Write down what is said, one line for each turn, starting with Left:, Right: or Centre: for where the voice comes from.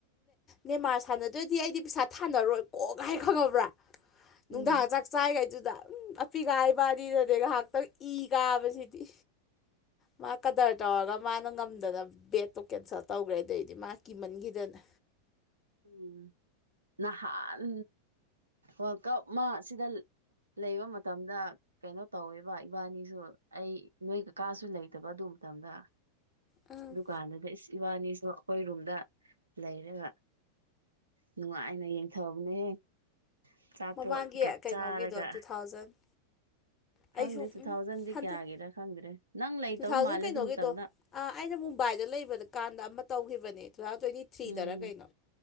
Left: ꯅꯦꯃꯥꯔ ꯁꯥꯟꯅꯗ꯭ꯔꯗꯤ ꯑꯩꯗꯤ ꯄꯩꯁꯥ ꯊꯥꯅꯔꯣꯏꯀꯣ ꯒꯥꯏ ꯈꯪꯉꯕ꯭ꯔꯥ
Right: ꯎꯝ
Left: ꯅꯨꯡꯗꯥ ꯆꯥꯛ ꯆꯥꯏꯈꯩꯗꯨꯗ ꯑꯄꯤꯒꯥꯏ ꯏꯕꯥꯅꯤꯅꯦ ꯉꯥꯏꯍꯥꯛꯇꯪ ꯏ ꯀꯥꯕꯁꯤꯗꯤ ꯃꯥ ꯀꯗꯔ ꯇꯧꯔꯒ ꯃꯥꯅ ꯉꯝꯗꯅ ꯕꯦꯗꯇꯣ ꯀꯦꯟꯁꯦꯜ ꯇꯧꯋꯦ ꯇꯧꯈ꯭ꯔꯦ ꯑꯗꯩꯗꯤ ꯃꯥ ꯀꯤꯃꯟꯈꯤꯗꯅ
Right: ꯎꯝ ꯅꯍꯥꯟ ꯋꯥꯔꯜ ꯀꯞ ꯑꯃ ꯁꯤꯗ ꯂꯩꯕ ꯃꯇꯝꯗ ꯀꯩꯅꯣ ꯇꯧꯋꯦꯕ ꯏꯕꯥꯅꯤꯁꯨ ꯑꯩ ꯅꯣꯏ ꯀꯀꯥꯁꯨ ꯂꯩꯇꯕ ꯑꯗꯨ ꯃꯇꯝꯗ
Left: ꯎꯝ
Right: ꯗꯨꯀꯥꯟꯗꯒ ꯏꯁ ꯏꯕꯥꯅꯤꯁꯨ ꯑꯩꯈꯣꯏ ꯔꯨꯝꯗ ꯂꯩꯔꯒ ꯅꯨꯡꯉꯥꯏꯅ ꯌꯦꯡꯊꯕꯅꯦꯍꯌꯦ ꯑꯆꯥꯄꯣꯠꯀ
Left: ꯃꯃꯥꯡꯒꯤ ꯀꯩꯅꯣꯒꯤꯗꯣ
Right: ꯆꯥꯔꯒ
Left: ꯇꯨ ꯊꯥꯎꯖꯟ
Right: ꯈꯪꯗꯦ
Left: ꯑꯩꯁꯨ
Right: ꯇꯨ
Left: ꯎꯝ
Right: ꯊꯥꯎꯖꯟꯗꯤ
Left: ꯍꯟꯗꯛ
Right: ꯀꯌꯥꯒꯤꯔ ꯈꯪꯗ꯭ꯔꯦ ꯅꯪ ꯂꯩꯇꯕ
Left: ꯇꯨ ꯊꯥꯎꯖꯟ
Right: ꯃꯥꯜꯂꯦ
Left: ꯀꯩꯅꯣꯒꯤꯗꯣ
Right: ꯑꯗꯨ ꯃꯇꯝꯗ
Left: ꯑ ꯑꯩꯅ ꯃꯨꯝꯕꯥꯏꯗ ꯂꯩꯕꯗ ꯀꯥꯟꯗ ꯑꯃ ꯇꯧꯈꯤꯕꯅꯦ ꯇꯨ ꯊꯥꯎꯖꯟ ꯇ꯭ꯋꯦꯟꯇꯤ ꯊ꯭ꯔꯤꯗꯔ
Right: ꯎꯝ
Left: ꯀꯩꯅꯣ